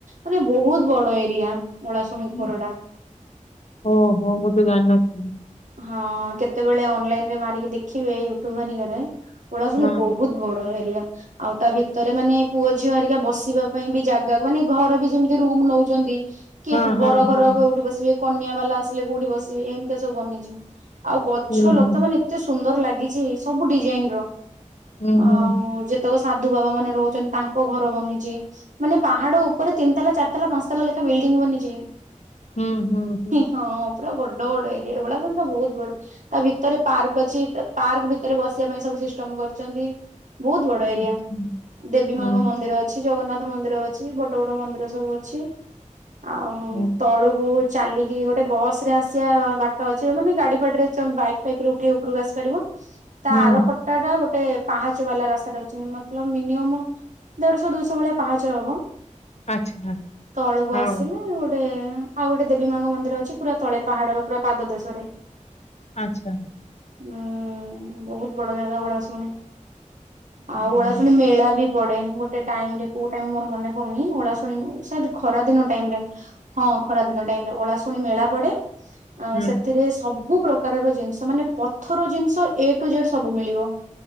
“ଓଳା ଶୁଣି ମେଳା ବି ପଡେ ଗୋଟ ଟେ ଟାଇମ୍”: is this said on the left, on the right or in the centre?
Right